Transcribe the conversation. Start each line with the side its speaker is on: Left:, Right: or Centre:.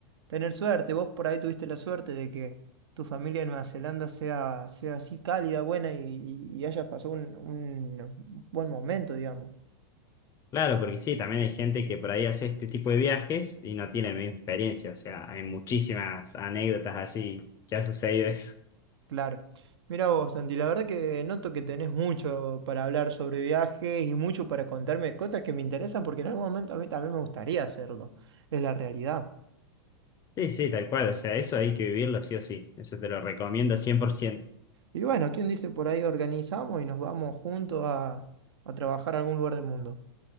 Right: tener suerte. Vos por ahí tuviste la suerte de que tu familia en Nueva Zelanda sea, sea así cálida, buena y, y- y hayas pasado un, un buen momento, digamos.
Left: Claro, porque sí, también hay gente que por ahí hace este tipo de viajes y no tiene la misma experiencia, o sea, hay muchísimas anécdotas así que ha sucedido eso.
Right: Claro. Mira vos, Santi, la verdad que noto que tenés mucho para hablar sobre viajes y mucho para contarme cosas que me interesan porque en algún momento a mí también me gustaría hacerlo. Es la realidad.
Left: Sí, sí, tal cual. O sea, eso hay que vivirlo sí o sí. Eso te lo recomiendo 100%.
Right: Y bueno, ¿quién dice por ahí organizamos y nos vamos juntos a, a trabajar a algún lugar del mundo?